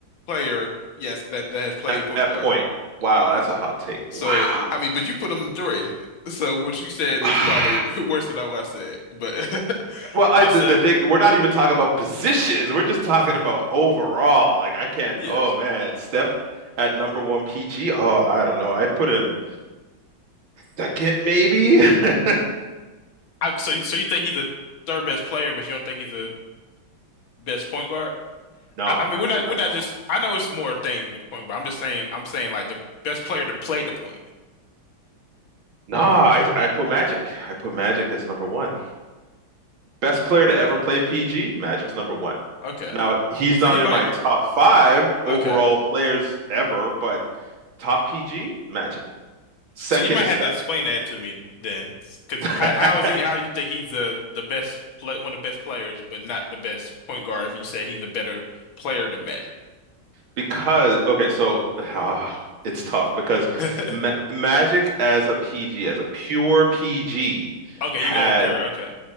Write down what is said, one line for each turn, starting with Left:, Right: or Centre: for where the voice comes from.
Left: player, yes, that that has played
Right: at,
Left: point
Right: that
Left: guard.
Right: point. Wow, that's a hot take.
Left: So,
Right: Wow.
Left: I mean, but you put them in three. So what you said
Right: <sighs>
Left: is probably <laughs> worse than what I said. But <laughs>
Right: Well, I
Left: I'll
Right: the,
Left: say,
Right: the thing we're not even talking about positions. We're just talking
Left: hmm
Right: about overall. Like I can't.
Left: yes.
Right: Oh man, Steph at number one PG. Oh, I don't know. I'd put him second maybe. <laughs>
Left: I, so, you- so you think he's the third best player, but you don't think he's the best point guard?
Right: No,
Left: I, I mean,
Right: I,
Left: we're not,
Right: d I
Left: we're not
Right: don't.
Left: just. I know it's more things with the point, but I'm just saying, I'm saying like the best player to play the point.
Right: No, I I put Magic. I put Magic as number one. Best player
Left: Huh.
Right: to ever play PG. Magic's number one.
Left: Okay.
Right: Now he's
Left: So
Right: not
Left: you
Right: in
Left: might.
Right: my top five overall
Left: Okay.
Right: players ever, but top PG Magic. Second
Left: So you might
Right: is
Left: have to explain that to me then, because
Right: Steph.
Left: how, how is
Right: <laughs>
Left: he? How you think he's the the best play, one of the best players, but not the best point guard? If you say he's a better player than Magic,
Right: Because okay, so <sighs> ah, it's tough because
Left: <laughs>
Right: Ma
Left: okay,
Right: Magic as a PG, as a pure PG,
Left: you're
Right: had
Left: going pure. Okay,